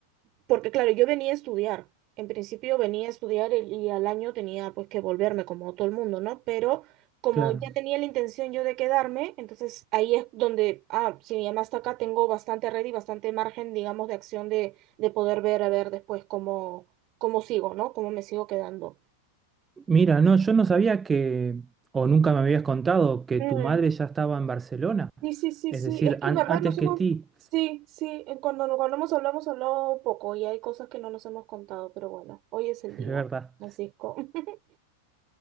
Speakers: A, on the right (about 40°); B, on the right (about 15°).
A: porque claro, yo venía a estudiar. En principio venía a estudiar y, y al año tenía pues que volverme como todo el mundo, ¿no? Pero como
B: Claro.
A: ya tenía la intención yo de quedarme, entonces ahí es donde, ah, si mi mamá está acá, tengo bastante red y bastante margen, digamos, de acción de, de poder ver a ver después cómo, cómo sigo, ¿no? Cómo me sigo quedando.
B: Mira, no, yo no sabía que, o nunca me habías contado que
A: Mm,
B: tu madre ya estaba en Barcelona,
A: Sí, sí, sí,
B: es
A: sí.
B: decir,
A: Es que
B: an-
A: en verdad
B: antes
A: nos
B: que
A: hemos,
B: ti,
A: sí, sí, en cuando, nos- cuando hemos hablado hemos hablado poco y hay cosas que no nos hemos contado, pero bueno, hoy es el
B: <laughs>
A: día,
B: es verdad.
A: Francisco. <laughs>